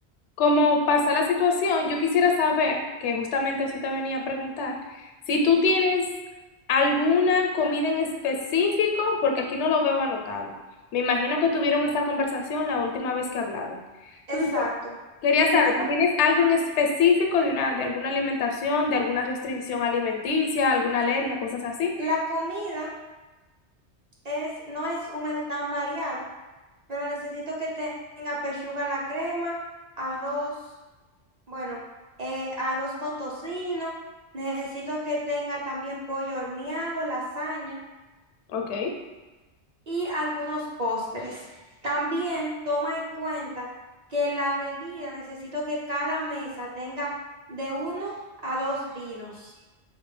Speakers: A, on the left; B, on the right.
A: Como pasa la situación, yo quisiera saber, que justamente eso te venía a preguntar, si tú tienes alguna comida en específico, porque aquí no lo veo anotado. Me imagino que tuvieron esa conversación la última vez que hablaron. Entonces,
B: Exacto.
A: quería
B: Primero,
A: saber si tienes algo en específico de una, de alguna alimentación, de alguna restricción alimenticia, alguna alergia, cosas así.
B: la comida es, no es un menú tan variado. pero necesito que tenga pechuga a la crema, arroz, bueno, eh, arroz con tocino, necesito que tenga también pollo horneado, lasaña
A: Ok.
B: y algunos postres. También toma en cuenta que la bebida, necesito que cada mesa tenga de uno a dos vinos.